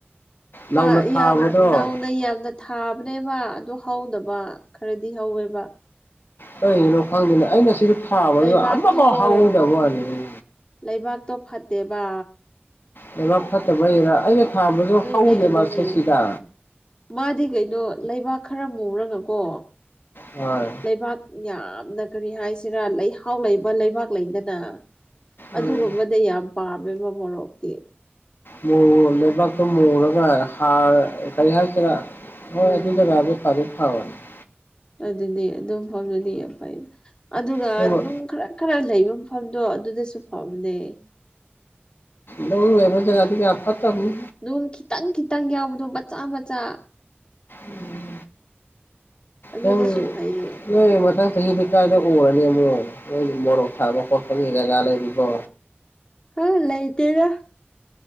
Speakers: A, on the left; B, on the left.
A: ꯅꯧꯅ
B: ꯄꯥ
A: ꯊꯥꯕꯗꯣ
B: ꯌꯥꯝ ꯅꯧꯅ ꯌꯥꯝꯅ ꯊꯥꯕꯅꯦꯕꯥ ꯑꯗꯨ ꯍꯧꯗꯕ ꯈꯔꯗꯤ ꯍꯧꯋꯦꯕꯥ꯫
A: ꯀꯩꯒꯤꯅꯣ ꯈꯪꯗꯦꯅ ꯑꯩꯅ ꯁꯤꯗ ꯊꯥꯕ
B: ꯂꯩꯕꯥꯛꯇꯣ
A: ꯑꯃꯐꯥꯎ ꯍꯧꯗꯕ ꯋꯥꯅꯤ꯫
B: ꯂꯩꯕꯥꯛꯇꯣ ꯐꯠꯇꯦꯕ꯫
A: ꯂꯩꯕꯥꯛ ꯐꯠꯇꯕꯒꯤꯔꯥ ꯑꯩꯅ ꯊꯥꯕꯁꯨ
B: ꯑꯗꯨꯏꯅꯦ
A: ꯍꯧꯗꯦꯕ
B: ꯑꯗꯨꯅꯦ
A: ꯑꯁꯦꯁꯤꯗ꯫
B: ꯃꯥꯗꯤ ꯀꯩꯅꯣ ꯂꯩꯕꯥꯛ ꯈꯔ ꯃꯨꯨꯔꯒꯀꯣ
A: ꯍꯣꯏ
B: ꯂꯩꯕꯥꯛ ꯌꯥꯝꯅ ꯀꯔꯤ ꯍꯥꯏꯁꯤꯔꯥ ꯂꯩꯍꯥꯎ ꯂꯩꯕ ꯂꯩꯕꯥꯛ ꯂꯩꯗꯅ ꯑꯗꯨꯒꯨꯝꯕꯗ
A: ꯎꯝ
B: ꯌꯥꯝ ꯄꯥꯝꯃꯦꯕ ꯃꯣꯔꯣꯛꯇꯤ꯫
A: ꯃꯨꯔ ꯂꯩꯕꯥꯛꯇꯣ ꯃꯨꯔꯒꯥ ꯍꯥꯔ ꯀꯔꯤ ꯍꯥꯏꯁꯤꯔꯥ ꯍꯣꯏ
B: ꯎꯝ
A: ꯑꯗꯨ <unintelligible>
B: ꯑꯗꯨꯅꯦ ꯑꯗꯨꯝ ꯃꯐꯝꯗꯨꯗꯤ ꯌꯥꯝ ꯐꯩ ꯌꯦ ꯑꯗꯨꯒꯥ
A: ꯑꯗꯨꯕꯨ
B: ꯅꯨꯡ ꯈꯔꯛ ꯈꯔ ꯂꯩꯕ ꯃꯐꯝꯗꯣ ꯑꯗꯨꯗꯁꯨ ꯐꯕꯅꯦ꯫
A: ꯅꯨꯡ ꯂꯩꯕ ꯖꯒꯥꯗꯤ ꯀꯌꯥ ꯐꯠꯇꯝꯅꯤ꯫
B: ꯅꯨꯡ ꯈꯤꯇꯪ- ꯈꯤꯇꯪ ꯌꯥꯎꯕꯗꯣ ꯃꯆꯥ - ꯃꯆꯥ
A: ꯎꯝ
B: ꯑꯗꯨꯗꯁꯨ
A: ꯅꯪ
B: ꯐꯩꯌꯦ
A: ꯅꯣꯏ ꯃꯊꯪ ꯆꯍꯤꯗꯤ ꯀꯥꯏꯗ ꯎꯔꯅꯤ ꯑꯃꯨꯛ ꯅꯣꯏꯗꯤ ꯃꯣꯔꯣꯛ ꯊꯥꯕ ꯈꯣꯠꯄꯅꯤ ꯖꯒꯥ ꯂꯩꯔꯤꯕꯣ?
B: ꯑꯥ ꯂꯩꯇꯦꯗ꯫